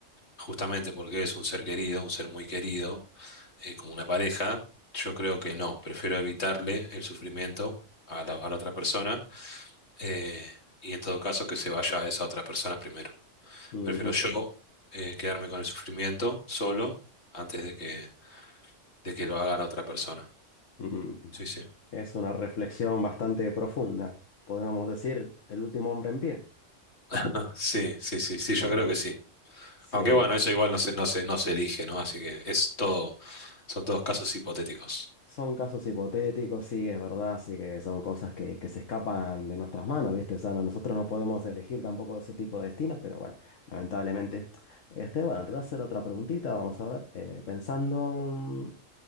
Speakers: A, on the left (about 60°); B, on the left (about 75°).
A: justamente porque es un ser querido, un ser muy querido, eh, como una pareja, yo creo que no, prefiero evitarle el sufrimiento a la, a la otra persona eh, y en todo caso que se vaya a esa otra persona primero.
B: ujú,
A: Prefiero yo eh, quedarme con el sufrimiento solo antes de que, de que lo haga la otra persona.
B: ujú.
A: Sí, sí.
B: Es una reflexión bastante profunda. Podríamos decir, el último hombre en pie.
A: Ah, sí, sí, sí, sí, yo
B: No,
A: creo que sí.
B: sí.
A: Aunque bueno, eso igual no se, no se, no se elige, ¿no? Así que es todo, son todos casos hipotéticos.
B: Son casos hipotéticos, sí, es verdad, sí que son cosas que, que se escapan de nuestras manos, ¿viste? O sea, no- nosotros no podemos elegir tampoco ese tipo de destinos, pero bueno, lamentablemente. Este, bueno, te voy a hacer otra preguntita, vamos a ver. eh, pensando, mm,